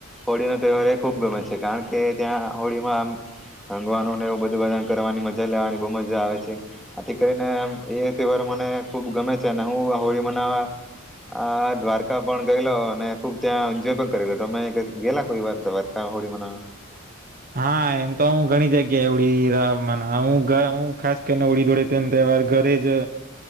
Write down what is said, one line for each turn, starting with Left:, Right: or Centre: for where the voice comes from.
Centre: હોળીનોો તહેવાર એ ખૂબ ગમે છે કારણ કે ત્યાં હોળીમાં આમ રંગવાનુંને એવું બધું બ કરવાની મજા લેવાની બહુ મજા આવે છે આથી કરીને આમ એ તહેવાર મને ખૂબ ગમે છે અને હું હોળી મનાવા. આ દ્વારકા પણ ગયેલો અને ખુબ ત્યાં એન્જોય પણ કરેલો તમે ગેલા કોઈ વાર દ્વારકા હોળીમાંના.
Right: હા એમ તો હ ઘણી જગ્યાએ ઓવડી હું હું ખાસ કરીને હોળી દોડે તે તહેવાર ઘરે જ